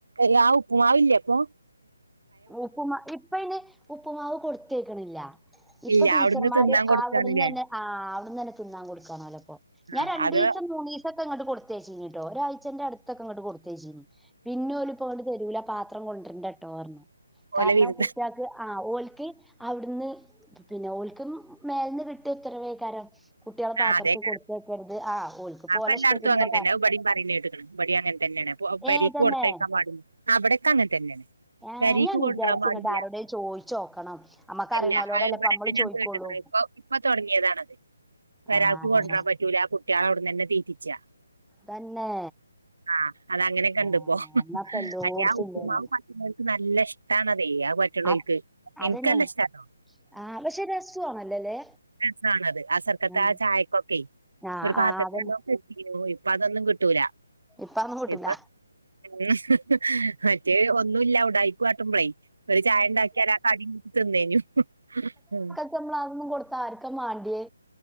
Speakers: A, on the right (about 85°); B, in the centre.
A: യാ ഉപ്പുമാവ് ഇല്യേപ്പൊ?
B: ഉപ്പുമാ ഇപ്പയ്ന് ഉപ്പുമാവ് കൊടുത്തേക്കണില്ല ഇപ്പൊ
A: ഇല്ല
B: ടീച്ചർമാര്
A: അവിടുന്ന് തിന്നാൻ കൊടുക്കാണ്ല്ലേ
B: അവിട്ന്നനെ ആഹ് അവിടുന്നന്നെ തിന്നാൻ കൊടുക്കാണല്ലോ ഇപ്പൊ ഞാൻ
A: ആഹ്
B: രണ്ടിസം
A: അത്
B: മൂന്നിസ് സൊക്കെ ഇങ്ങട്ട് കൊടുത്തേച്ചിനിട്ടോ ഒരാഴ്ച്ചന്റെ അടുത്തൊക്കെങ്ങട്ട് കൊട്ത്തേച്ചിനി പിന്നെ ഓല്പ്പാണ്ട് തരൂല്ല പാത് ത്രം കൊണ്ട്രണ്ടട്ടോ പറഞ്ഞു കാരണം
A: ഓലെ വിരുന്ന്
B: കുട്ടികൾക്ക് ആഹ് ഓല്ക്ക് അവിടുന്ന് പിന്നെ ഓൽക്കും മേലന്ന് കിട്ടിയ ഉത്തരവേക്കാരം കുട്ട്യാളെ പാത്രത്തിൽ
A: ആഹ് അതേക്കാരം
B: കൊടുത്തയക്കരുത് ആ ഓൽക്ക് ഇപ്പോ
A: അപ്പൊ
B: ഓലെ
A: എല്ലായിടത്തും
B: ഇഷ്ടത്തിന്
A: അങ്ങനെ
B: ഇപ്പൊ
A: തന്നെ അത് ഇബിടെം പറയുന്ന കേട്ട്ക്ക്‌ണ് ഇബടെം അങ്ങനെ തന്നെണ്. പോ പെരീക്ക്
B: ഏ തന്നെ
A: കൊടുത്തയക്കാൻ പാടില്ല ആ വിടൊക്കെ അങ്ങനെ തന്നെണ്
B: ആഹ്
A: പെരിക്ക്
B: ഞാൻ
A: കൊണ്ട്രാൻ
B: വിചാരിച്ച്
A: പാടില്ല
B: ഇങ്ങട്ട് ആരോടേലും ചോയിച്ചോക്കണം അമ്മക്ക്
A: അല്ല
B: അറിയണോലോടല്ലേ
A: ആഹ് ഇവിടൊക്കെ
B: ഇപ്പ നമ്മള്
A: ഞാൻ
B: ചോയിക്കൊള്ളൂ
A: കേട്ടിക്ക്‌ണ് അത് ഇപ്പൊ ഇപ്പൊ തൊടങ്ങിയതാണത് പെരാൾക്ക്
B: ആഹ്
A: കൊണ്ട്രാൻ പറ്റൂല കുട്ട്യാളെ അവിട്ന്നന്നെ തീറ്റിച്ചാ
B: തന്നെ...
A: ആഹ് അതങ്ങനെക്ക്‌ണ്ട്പ്പോ
B: ആഹ് എന്നാപ്പ എല്ലോട്ത്തും
A: മറ്റേ ആഹ് ഉപ്പുമാവ്
B: ഇല്ലേന്ന്
A: പ പിള്ളേർക്ക്‌ നല്ല ഇഷ്ടാണതെ അത് പറ്റ് റ്റണോൽക്ക്
B: ആഹ് അതന്നെ
A: ഇൻക്ക് നല്ല ഇഷ്ടാട്ടോ
B: ആഹ് പക്ഷെ രസു ആണല്ലോല്ലേ
A: രസാണത് ആസർക്കത്തെ
B: ആഹ്
A: ആ ചായക്കൊക്കെ
B: ആഹ്
A: ഒരു പാത്രത്തിവല്ലോ
B: ആഹ് അതന്നെ
A: നെത്തീനോ ഇപ്പം അതൊന്നും കിട്ടൂല
B: ഇപ്പ അതൊന്നും കിട്ടൂല
A: ഇപ്പൊ ഉം മറ്റേ ഒന്നുംല്ല ഉടായിപ് കാട്ടുമ്പളെ ഒരു ചായ ഉണ്ടാക്കിയ ലാ കടിം കൂട്ടി തിന്നേനു ആഹ്
B: ഇപ്പം നമ്മള് അതൊന്നും കൊടുത്ത ആര്ക്ക മാണ്ടിയേ